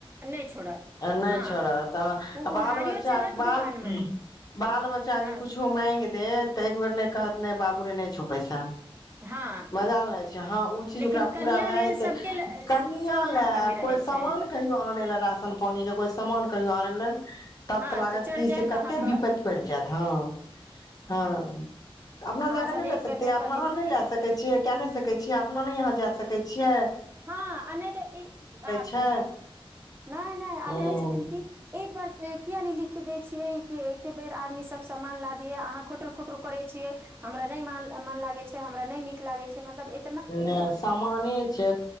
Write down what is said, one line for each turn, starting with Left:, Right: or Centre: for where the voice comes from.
Right: नहि छोड़त
Left: नहि
Right: हँ
Left: छोड़त तऽ
Right: ओ
Left: बाल
Right: उधारियो
Left: बच्चा
Right: चलत
Left: बाल।
Right: दुकान मे
Left: बाल बच्चा
Right: हँ
Left: जे कुछो माग दे तऽ एक बेर ने कहत नहि बाबू रे नहि छो पैसा।
Right: हँ
Left: मजा लऽ नहि छै, हँ ओ चीज
Right: लेकिन
Left: ओकरा
Right: कनिया
Left: पूरा भए
Right: लेल
Left: जेतै
Right: सभके सभठाम
Left: कनआ लए
Right: कमी रहै
Left: कोइ
Right: छै
Left: सामान। कहियो आन लऽ राशन पानी के कोई सामान कहियो आन लऽ। तब
Right: हँ
Left: तऽ लागत
Right: चढ़ि
Left: कि
Right: जायत
Left: से
Right: अहाँ
Left: कटटे
Right: पर
Left: विपति पड़ि जायत, ह। हँ, अपना
Right: अहाँ
Left: जाक
Right: सब
Left: नहि
Right: एक
Left: ले।
Right: बेर
Left: अपना
Right: कहै
Left: अहाँ
Right: छी
Left: नहि लए सकै छीये, कै नहि सकै छीये अपना ने यहाँ जाय सकै छिये।
Right: हँ, आ नहि तऽ ई बाप
Left: छै
Right: रे नहि नहि आ
Left: हूं
Right: कहै छथिन कि। एक बार किया नहि लिख दै छियै, कि एके बेर आदमी सभ सामान ला दिय अहाँ खुटुरू खुटरू करै छियै। हमरा नहि मन लागै छै, हमरा नहि निक लागैत छै, मतलब ए।
Left: नहि सामाने छै,